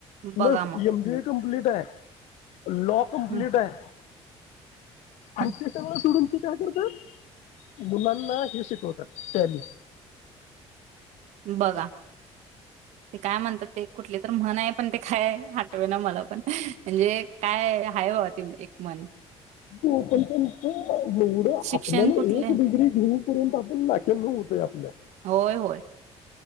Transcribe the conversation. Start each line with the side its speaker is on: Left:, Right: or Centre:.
Right: बघा
Left: बस
Right: मग
Left: M B A complete -- <unintelligible> law कम्प्लीट
Right: हं,
Left: हाय आण
Right: हं,
Left: ते सगळं सोडून काय करतात मुलांना ह हि शिकवतात टॅली
Right: बघा ते काय म्हणतात ते कुठले तर म्हण हाय पण ते खय हटवे ना मला पण म्हणजे काय हाय बा ते एक मन
Left: हो पण त्यांच एवढं
Right: शिक्षण
Left: आपल्याला
Right: कुठले
Left: एक डिग्री घेऊ पर्यंत आपण नाके नव होतोय आपल्या
Right: होय होय